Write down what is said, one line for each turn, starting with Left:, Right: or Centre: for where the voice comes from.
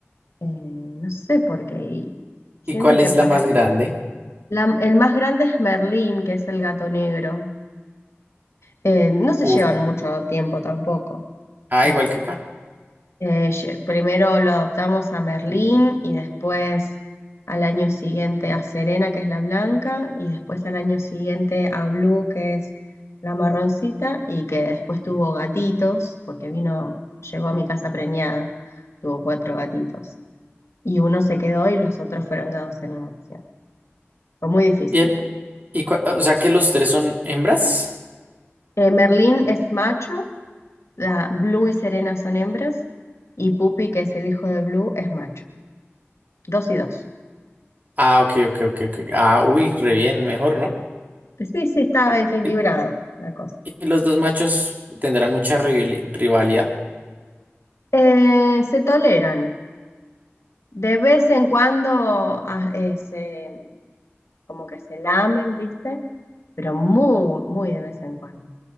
Left: Eh, no sé por qué. y Siento
Right: ¿Y cuál es
Left: que por
Right: la más
Left: ahí-
Right: grande?
Left: la- el más grande es Merlín, que es el gato negro. Eh, no se
Right: Uf.
Left: llevan mucho tiempo tampoco.
Right: Ah,
Left: Porque
Right: igual que acá.
Left: eh, lle- primero lo adoptamos a Merlín y después al año siguiente a Serena, que es la blanca, y después al año siguiente a Blue, que es la marroncita, y que después tuvo gatitos, porque vino, llegó a mi casa preñada, tuvo cuatro gatitos. y uno se quedó y los otros fueron dados en adopción. Fue muy difícil.
Right: Bien. ¿Y cua- o sea que los tres son hembras?
Left: Eh, Merlín es macho, la Blue y Serena son hembras, y Pupi, que es el hijo de Blue, es macho. Dos y dos.
Right: Ah, ok, ok, ok, ok. Ah, uy, re bien, mejor, ¿no?
Left: Sí, sí, está
Right: Y-
Left: equilibrado
Right: y-
Left: la cosa.
Right: y los dos machos tendrán mucha rivali- rivalidad.
Left: Eh, se toleran. De vez en cuando ah, eh, se, como que se lamen, ¿viste? Pero muy, muy de vez en cuando.